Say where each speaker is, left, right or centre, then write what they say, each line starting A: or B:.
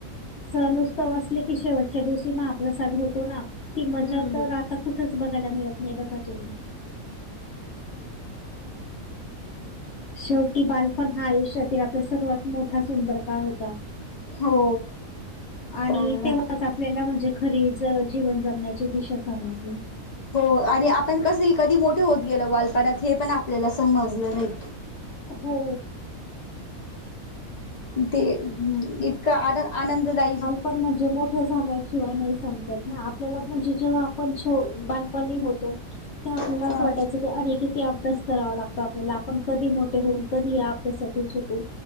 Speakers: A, on the left; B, on the left.
A: सण उत्सव असले की, शेवटच्या दिवशी महाप्रसाद होतो ना ती मजा
B: हम्म
A: तर आता कुठेच बघायला मिळत नाही, बघा तुम्ही? शेवटी बालपण हा आयुष्यातील आपला सर्वात मोठा सुंदर काळ होता.
B: हो
A: आणि
B: चालेल
A: तेव्हाच आपण आपल्याला म्हणजे खरीच जीवन जगण्याची दिशा समजली.
B: हो, आणि आपण कस कधी मोठे होत गेलो, बालपणात हे पण आपल्याला समजलं नाही.
A: हो.
B: ते इतकां आन- आनंददायी
A: आपण म्हणजे मोठ झाल्या शिवाय नाही समजत ना, आपल्याला म्हणजे जेव्हा आपण बालपणी होतो. तर आपल्याला
B: अ
A: असं वाटायचं की, अरे किती अभ्यास करावा लागतो, आपल्याला आपण कधी मोठे होऊन कधी आप त्यासाठीच होतो.